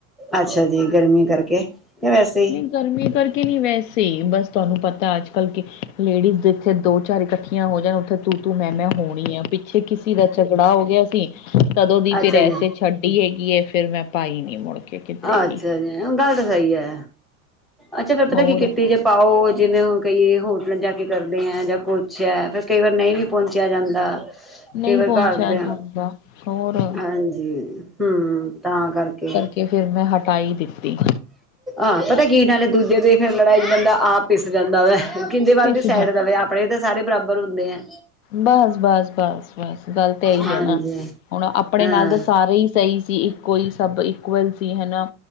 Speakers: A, in the centre; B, on the left.
A: ਅੱਛਾ ਜੀ ਗਰਮੀ ਕਰਕੇ, ਵੈਸੇ ਹੀ।
B: ਨਹੀਂ ਗਰਮੀ ਕਰਕੇ ਨੀ ਵੈਸੇ ਬਸ ਤੁਹਾਨੂੰ ਪਤਾ ਅੱਜ ਕੱਲ੍ਹ ਕਿ ਲੇਡੀਜ਼ ਜਥੇ ਦੋ ਚਾਰ ਇਕੱਠੀਆਂ ਹੋ ਜਾਣ ਉੱਥੇ ਤੂੰ-ਤੂੰ ਮੈਂ-ਮੈਂ ਹੋਣੀ ਆ ਪਿੱਛੇ ਕਿਸੇ ਦਾ ਝਗੜਾ ਹੋ ਗਿਆ ਸੀ, ਕਦੋਂ ਦੀ
A: ਅੱਛਾ
B: ਫਿਰ ਐਸੇ
A: ਜੀ
B: ਛੱਡ ਵੀ ਏਗੀਏ ਫਿਰ ਮੈਂ ਪਾਈ ਨਹੀਂ ਮੁੜ। ਕੇ ਕਿਧਰੇ
A: ਅੱਛਾ
B: ਵੀ
A: ਜੀ ਗੱਲ ਤਾਂ ਸਹੀ ਹੈ। ਅੱਛਾ ਫੇਰ ਪਤਾ
B: ਹੋਰ
A: ਕੀ ਕੀਤੀਕਿੱਟੀ ਜੇ ਪਾਓ ਜਿਵੇਂ ਹੁਣ ਕਈਏ ਹੋਟਲ ਜਾ ਕੇ ਕਰਦੇ ਹੈ ਜਾਂ ਕੁ ਅੱਛਿਆ ਫਿਰ ਕਈ ਵਾਰ ਨਹੀਂ ਵੀ ਪਹੁੰਚਿਆ ਜਾਂਦਾ।
B: ਨਹੀਂ
A: ਕਈ ਵਾਰ
B: ਪਹੁੰਚਿਆ
A: ਘਰਦਿਆਂ
B: ਜਾਂਦਾ। ਸ਼ੋਰ
A: ਹਾਂਜੀ। ਹੂ, ਤਾਂ ਕਰਕੇ।
B: ਕਿ ਫਿਰ ਮੈਂ ਹਟਾਈ ਦਿੱਤੀ।
A: ਆ ਪਤਾ ਕੀੇ ਦੂਜੇ ਦੇ ਫਿਰ ਲੜਾਈ ਚ' ਬੰਦਾ ਆਪ ਪਿਸ ਜਾਂਦਾ ਵਾ, ਕਿਹਿੰਦੇ ਵੱਲ
B: ਇਸ
A: ਦੀ ਸਾਈਡ
B: ਜਾ
A: ਦਾਵੇ ਆਪ ਕੱਪੜੇ ਤਾਂ ਸਾਰੇ ਬਰਾਬਰ ਹੁੰਦੇ ਆ।
B: ਬਸ-ਬਸ-ਬਸ-ਬਸ ਗੱਲ ਤਾਂ ਇਹੀ
A: ਹਾਂਜੀ
B: ਆ ਨਾ। ਹੁਣ ਆਪਣੇ
A: ਹਾਂ
B: ਨਾਲ ਤਾਂ ਸਾਰੇ ਹੀ ਸਹੀ ਸੀ। ਕੋਈ ਸਭ ਇਕੁਅਲ ਸੀ ਹਨਾ।